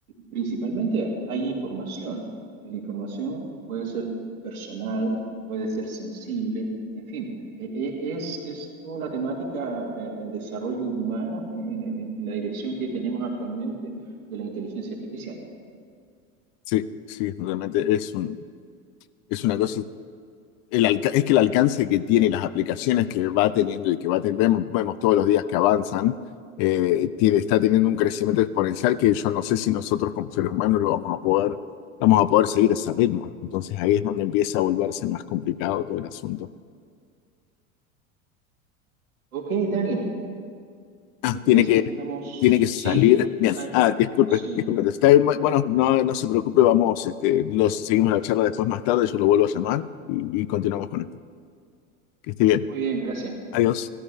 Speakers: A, on the right; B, on the left.
A: principalmente hay información, y la información puede ser personal, puede ser sensible, en fin, eh, eh, es, es toda una temática, eh, el desarrollo humano en en- en- en la dirección que tenemos actualmente de la inteligencia artificial.
B: sí, sí, realmente es un, es una cosa el alca- es que el alcance que tiene las aplicaciones que va teniendo y que va ten- vemos, vemos todos los días que avanzan, eh, tiene, está teniendo un crecimiento exponencial que yo no sé si nosotros como seres humanos lo vamos a poder, vamos a poder seguir ese ritmo. Entonces ahí es donde empieza a volverse más complicado todo el asunto.
A: Ok, Daniel.
B: Ah,
A: Me parece
B: tiene que,
A: que estamos.
B: tiene que salir.
A: Sí,
B: Bien.
A: ah,
B: Ah,
A: ah,
B: disculpe,
A: sí.
B: disculpe. Está bien, bu- Bueno, no, no se preocupe, vamos, este, los, seguimos la charla después más tarde, yo lo vuelvo a llamar y, y continuamos con esto. Que esté bien.
A: Muy bien, gracias.
B: Adiós.